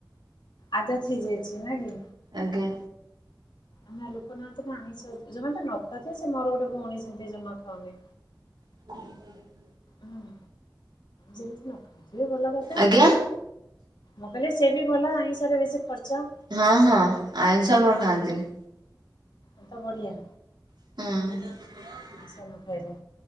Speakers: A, on the left; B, on the right.
A: ଆଦତ ହେଇଯାଇଛି ନା କି?
B: ଆଜ୍ଞା।
A: ଆମେ ଲୋକ ନା ତ ଆଣି ଜମା ତ ନ ଖାଉଥେ ସେ ମୋର ଗୋଟେ ଭଉଣୀ ସେମିତି ଜମା ଖାଉନି।
B: <inaudible>
A: ଆମେ ଯେମିତି ନ ଖାଉଥିବେ ଭଲ କଥା।
B: ଆଜ୍ଞା
A: ମୁଁ କହିଲି ସେ ବି ଭଲ ଆଇିଂଷରେ ବେଶୀ ଖର୍ଚ୍ଚ।
B: ହଁ ହଁ ଆଇଁଷ ଆମର ଖାଆନ୍ତିନି।
A: ଏ ତ ବଢିଆ।
B: ହଁ।
A: ସ ନ ଖାଇଲେ।